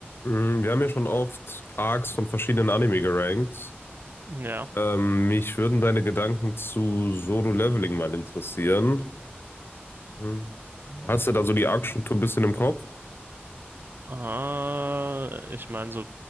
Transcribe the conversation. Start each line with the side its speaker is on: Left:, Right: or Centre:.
Left: Mm, Wir haben ja schon oft Arcs von verschiedenen Anime gerankt.
Right: Ja.
Left: Ähm, mich würden deine Gedanken zu Solo Leveling mal interessieren. Mhm.
Right: Mhm.
Left: Hast du da so die Arc-Struktur
Right: Ja.
Left: ein bisschen im Kopf?
Right: Ah, ich meine so